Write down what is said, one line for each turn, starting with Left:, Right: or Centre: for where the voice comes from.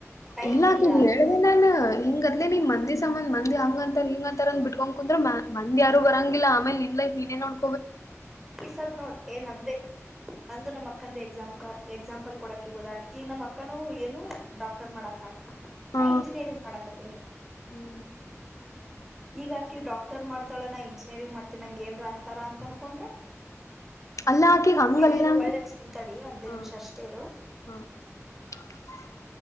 Centre: ಟೈಮ್
Left: ಇಲ್ಲಾಕಿ
Centre: ಇಲ್ಲ
Left: ಹೇಳ್ದೆ ನಾನ್ ಹಿಂಗ ಆತ್ಲೆ
Centre: ಹ
Left: ನಿಮ್ ಮಂದಿ ಸಮನ್ ಮಂದ ಅ ಹಂಗಂತ ಹಿಂಗ ಅಂತರ ಬಿಟ್ಟಕೊಂಡ ಕುಂದ್ರ ಮಂದ ಯಾರು ಬರಂಗಿಲ್ಲ ಆಮೇಲೆ ನಿನ್ ಲೈಫ್ ನೀನೇ ನೋಡ್
Centre: ಈ ಸದ್ ನೋಡ ಏ ನಂದೇ ನಂದು ನಮ್ಮ ಅಕ್ಕಂದ ಎಕ್ಸಾಮ್. ಎಕ್ಸಾಂಪಲ್ ಕೊಡಕ ಉದಾಹರಣೆ ಈಗ ನಮ್ಮ ಅಕ್ಕನು ಏನು ಡಾಕ್ಟರ್ ಮಾಡತ್ತಾಳ
Left: ಹಾ
Centre: ನಾ ಇಂಜಿನಿಯರಿಂಗ್ ಮಾದಾಖಾತಿನಿ
Left: ಹ್ಮ್
Centre: ಈಗ ಅಕಿ ಡಾಕ್ಟರ್ ಮಾಡ್ತಾಳ ನ ಇಂಜಿನಿಯರಿಂಗ್ ಮಾಡ್ತನ ನಂಗ ಏನ್ರ ಅಂತಾರ ಅಂತ ಅನ್ಕೊಂಡ್ರ
Left: ಅಲ್ಲಾಕಿ ಹಂಗ
Centre: ಇರು
Left: ಅಲ್ಲ
Centre: ಇರು ಹೊಳ್ಳ ಹಚ್ತಿನ್ ತಡಿ ಒಂದೇ
Left: ಹ
Centre: ನಿಮಿಷ ಅಷ್ಟೇ ಇರು.
Left: ಹ <unintelligible>